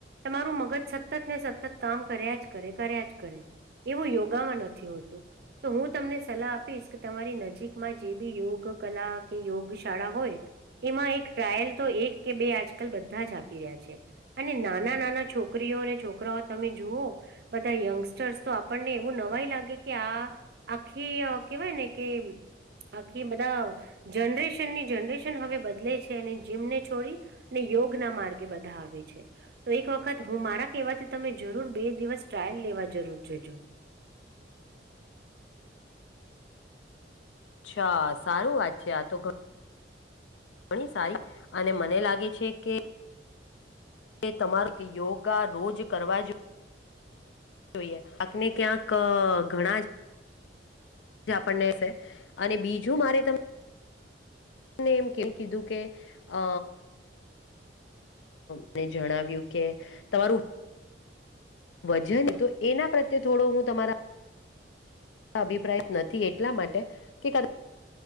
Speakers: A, on the right (about 60°); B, on the left (about 85°).
A: તમારું મગજ સતત ને સતત કામ કર્યા જ કરે કર્યા જ કરે એવું યોગામાં નથી હોતું તો હું તમને સલાહ આપ આપી કે તમારી નજીકમાં જે બી યોગ કલા કે યોગ શાળા હોય એમાં એક ટ્રાયલ તો એક કે બે આજકાલ બધા જ આપી રહ્યા છે અને નાના નાના છોકરીઓ અને છોકરાઓ તમે જુઓ બધા યંગસ્ટર્સ તો આપણને એવું નવાય લાગે કે આ આખી કેવાય ને કે આખી બધા જનરેશનની જનરેશન હવે બદલે છે અને જીમને છોડી ને યોગ ના માર્ગે બધા આવે છે તો એક વખત હું મારા કહેવાથી તમે જરૂર બે દિવસ ટ્રાયલ લેવા જરૂર જજો
B: અચ્છા સારું વાત છે આ તો ઘણી સારી અને મને લાગે છે કે તે તમાર યોગા રોજ કરવા જોએ જોઈ આને ક્યાંક ઘણા જ આપણને અને બીજું મારે ત તને એમ ક કીધું કે અ હને જણાવ્યું કે તમારું વજન તો એના પ્રત્યે થોડો હું તમારા અભિપ્રાય નથી એટલા માટે કે